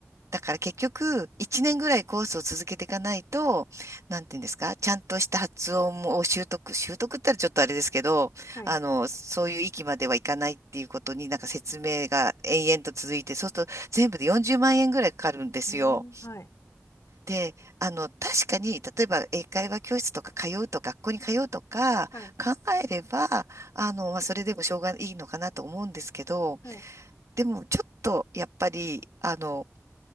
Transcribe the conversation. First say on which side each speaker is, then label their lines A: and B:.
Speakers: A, on the right; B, on the left.
A: だから結局、1年ぐらいコースを続けていかないと、なんていうんですか、ちゃんとした発音を習得、習得ったらちょっとあれですけど、
B: はい。
A: あの、そういう域まではいかないっていうことになんか説明が延々と続いて、そうすると全部で40万円ぐらいかかるんですよ。
B: えー、はい、
A: で、あの、確かに、例えば英会話教室とか通うと、学校に通うとか考えれば、
B: はい、
A: あの、まあ、それでもしょうがいいのかなと思うんですけど、
B: はい。
A: でもちょっとやっぱり、あの、